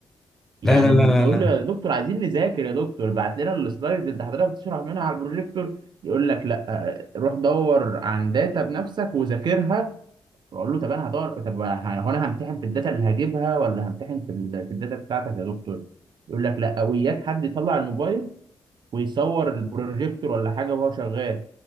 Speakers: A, on the right; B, in the centre.
A: يعني
B: لا لا لا
A: نقول
B: لا
A: له يا دكتور عايزين نذاكر يا دكتور بعت لنا السلايدز اللي حضرتك بتشرح منها على البروجيكتور يقول لك لا روح دور عن داتا بنفسك وذاكرها واقول له طب انا هدور طب ه- هو انا همتحن في الداتا اللي هجيبها ولا همتحن في ال- في الداتا بتاعتك يا دكتور يقول لك لا وياك حد يطلع الموبايل ويصور البروجيكتور ولا حاجه وهو شغال